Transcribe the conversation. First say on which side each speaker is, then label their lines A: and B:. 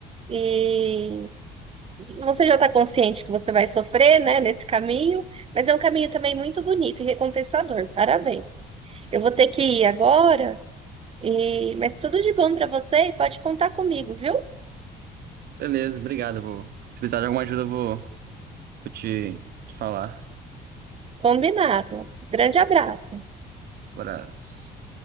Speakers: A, on the right; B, on the right.
A: E você já está consciente que você vai sofrer, né, nesse caminho, mas é um caminho também muito bonito e recompensador. Parabéns. Eu vou ter que ir agora, e... mas tudo de bom para você e pode contar comigo, viu?
B: Beleza, obrigado. eu Vou... Se precisar de alguma ajuda, eu vou, vou te te falar.
A: Combinado. Grande abraço.
B: Abraço.